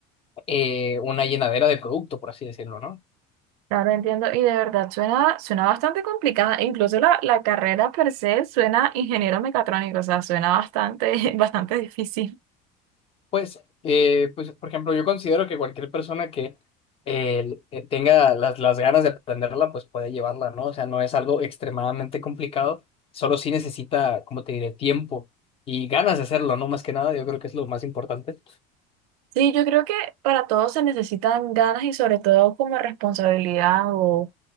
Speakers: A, on the left; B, on the right.
A: eh, una llenadera de producto, por así decirlo, ¿no?
B: Claro, entiendo. Y de verdad suena, suena bastante complicada. Incluso la, la carrera per se suena ingeniero mecatrónico, o sea, suena bastante, <laughs> bastante difícil.
A: Pues, eh, pues, por ejemplo, yo considero que cualquier persona que eh, eh, tenga las, las ganas de aprenderla, pues puede llevarla, ¿no? O sea, no es algo extremadamente complicado, solo sí necesita, como te diré, tiempo y ganas de hacerlo, ¿no? Más que nada, yo creo que es lo más importante.
B: Sí, yo creo que para todos se necesitan ganas y sobre todo como responsabilidad o,